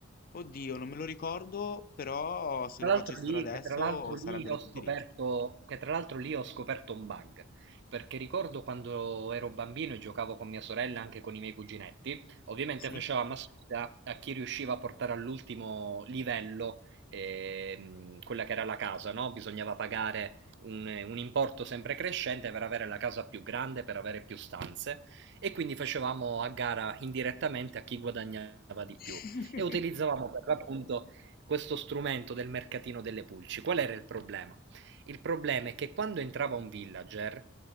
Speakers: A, on the left; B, on the right.
A: oddio, non me lo ricordo, però se
B: Tra
A: lo
B: l'altro
A: facessero
B: lì,
A: adesso
B: che tra l'altro lì
A: sarebbero
B: ho
A: tutti
B: scoperto,
A: ricchi.
B: che tra l'altro lì ho scoperto un bug, perché ricordo quando ero bambino e giocavo con mia sorella, e anche con i miei cuginetti, ovviamente
A: Sì.
B: facevamo a sfida a chi riusciva a portare all'ultimo livello ehm, quella che era la casa, no? Bisognava pagare un, un importo sempre crescente per avere la casa più grande, per avere più stanze, e quindi facevamo a gara indirettamente a chi guadagnava di
A: <laughs>
B: più e utilizzavamo per l'appunto questo strumento del mercatino delle pulci. Qual era il problema? Il problema è che quando entrava un villager